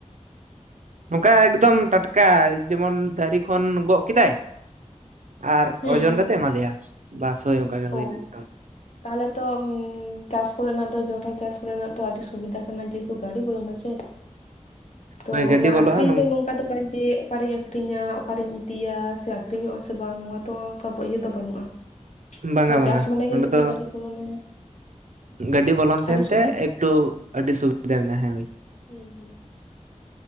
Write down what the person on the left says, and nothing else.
ᱦᱮᱸ
ᱦᱮᱸ
ᱚ
ᱛᱟᱦᱚᱞᱮ ᱛᱚ ᱪᱟᱥ ᱠᱚ ᱨᱮᱱᱟᱜ ᱫᱚ ᱡᱚᱱᱰᱨᱟ ᱪᱟᱥ ᱠᱚ ᱨᱮᱱᱟᱜ ᱛᱚ ᱟᱹᱰᱤ ᱥᱩᱵᱤᱫᱟ ᱠᱟᱱᱟ ᱡᱮᱦᱮᱛᱩ ᱜᱟᱹᱰᱤ ᱵᱚᱞᱚᱱᱟ ᱥᱮ ᱛᱚ
ᱚᱱᱟ
ᱟᱠᱷᱨᱤᱧ ᱫᱚ ᱱᱚᱝᱠᱟ ᱵᱟᱝ ᱡᱮ ᱚᱠᱟᱨᱤᱧ ᱟᱠᱷᱨᱤᱧᱟ ᱚᱠᱟᱨᱤᱧ ᱤᱫᱤᱭᱟ ᱥᱮ ᱟᱠᱷᱨᱤᱧᱚᱜ-ᱟ ᱥᱮ ᱵᱟᱝ ᱱᱚᱣᱟ ᱫᱚ ᱚᱱᱠᱟ ᱤᱭᱟᱹ ᱫᱚ ᱵᱟᱹᱱᱩᱜ-ᱟ
ᱛᱳ
ᱪᱟᱥ ᱢᱟᱱᱮ
ᱜᱮ ᱱᱩᱠᱩ
ᱜᱟᱹᱰᱤ ᱠᱚ ᱵᱚᱞᱚᱱᱟ
ᱟᱹᱰᱤ
ᱥᱩᱵᱤᱫᱷᱟ
ᱦᱩᱸ ᱦᱩᱸ